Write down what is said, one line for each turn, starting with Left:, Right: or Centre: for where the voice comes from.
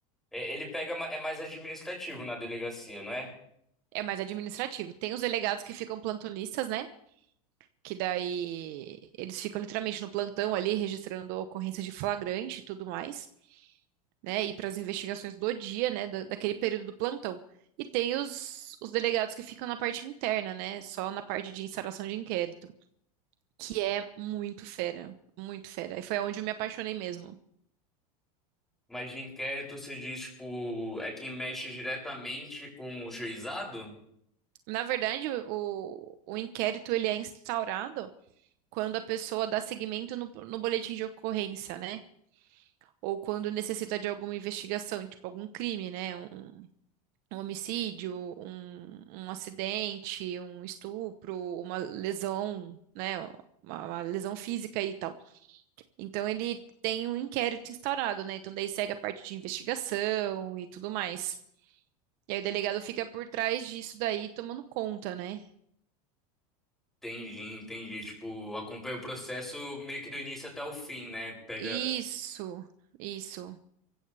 Centre: é- ele pega ma- é mais administrativo na delegacia, não é?
Right: É mais administrativo. Tem os delegados que ficam plantonistas, né? que daí eles ficam literalmente no plantão ali, registrando ocorrências de flagrante e tudo mais, né? E para as investigações do dia, né? da- daquele período do plantão. E tem os, os delegados que ficam na parte interna, né? Só na parte de instauração de inquérito, que é muito fera, muito fera. E foi onde eu me apaixonei mesmo.
Centre: Mas de inquérito você diz, tipo, é quem mexe diretamente com o juizado?
Right: Na verdade, o, o inquérito ele é instaurado quando a pessoa dá seguimento no, no boletim de ocorrência, né? Ou quando necessita de alguma investigação, tipo algum crime, né? Um, um homicídio, um, um acidente, um estupro, uma lesão, né? Uma, uma lesão física e tal. Então ele tem um inquérito instaurado, né? Então daí segue a parte de investigação e tudo mais. E aí o delegado fica por trás disso daí, tomando conta, né?
Centre: Entendi, entendi. Tipo, acompanha o processo meio que do início até o fim, né? Pega.
Right: Isso, isso.